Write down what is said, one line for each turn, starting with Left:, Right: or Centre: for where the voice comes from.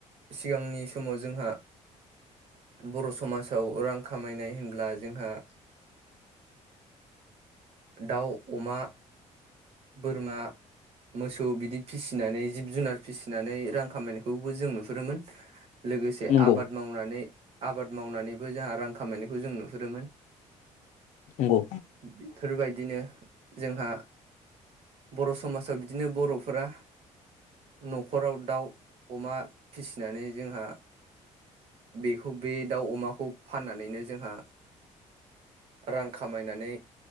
Right: सिगांनि समाव जोंहा बर' समाजाव रां खामायनाय होनब्ला जोंहा
Left: <unintelligible>
Right: दाउ अमा बोरमा मोसौ बिदि फिसिनानै जिब जुनार फिसिनानै रां खामायनायखौबो जों नुहुरोमोन। लोगोसे
Left: नंगौ
Right: आबाद मावनानै आबाद मावनानैबो जोंहा रां खामायनायखौ जों नुहुरोमोन।
Left: नंगौ
Right: बेफोरबायदिनो जोंहा बर' समाजाव बिदिनो बर'फोरा न'खराव दाउ अमा फिसिनानै जोंहा बेखौ बे दाउ अमाखौ फाननानैनो जोंहा रां खामायनानै